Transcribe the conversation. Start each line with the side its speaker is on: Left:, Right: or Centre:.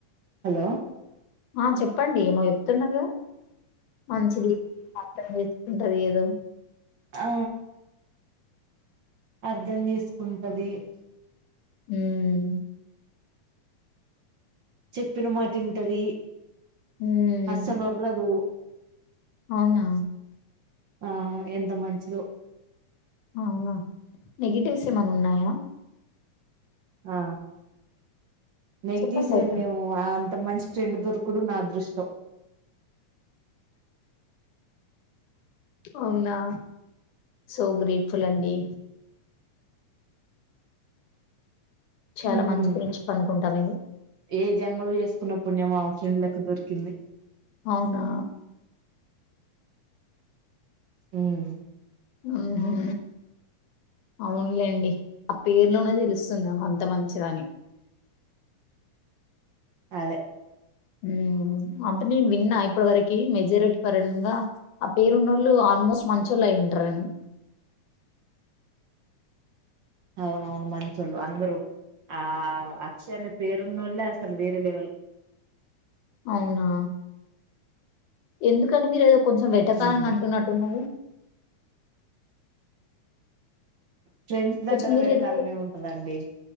Right: హలో
Left: ఆ చెప్పండి ఏమో చెప్తున్నారు కదా మంచిది అర్థం చేసుకుంటది ఏ హలో
Right: ఆ అర్ధం చేసుకుంటది
Left: ఉహ్
Right: చెప్పిన మాట ఇంటది
Left: హ్మ్
Right: అస్సలు ఉర్రాదూ
Left: అవునా
Right: ఆ ఎంత మంచిదో
Left: అవునా నెగిటివ్స్ ఏమైనా ఉన్నాయా
Right: ఆ నెగిటివ్స్
Left: చెప్పండి అయితే
Right: ఏం లెవ్వు ఆ అంత మంచి ఫ్రెండ్ దొరకుడు నా దృష్టం
Left: అవునా సో గ్రేట్ఫుల్ అండి చాలా
Right: మ్మ్
Left: మంచి ఫ్రెండ్షిప్ అనుకుంట మీది
Right: ఏ జన్మలో చేసుకున్న పుణ్యమో ఆమా ఫ్రెండ్ లెక్క దొరికింది
Left: అవునా
Right: హ్మ్
Left: ఉహు అవునులేండి ఆ పేర్లోనే తెలుస్తుంది ఆమంత మంచిదని
Right: అదే
Left: ఉహ్ అంటె నేను విన్నా ఇప్పటి వరకి మెజారిటీ పరంగా ఆ పేరున్నోళ్ళు ఆల్మోస్ట్ మంచిళ్ళు అయి ఉంటారని
Right: అవునవును మంచొల్లూ అందరు ఆ అక్షర పేరున్నోల్లే అసలు వేరే లెవల్
Left: అవునా ఎందుకండి మీరు ఏదో కొంచెం వెటకారంగా
Right: ఉమ్
Left: అంటున్నట్టున్నారు
Right: ఫ్రెండ్స్ దగ్గర
Left: కొంచెం మీరు
Right: వెటకారం
Left: ఏదో
Right: ఏం ఉంటదండి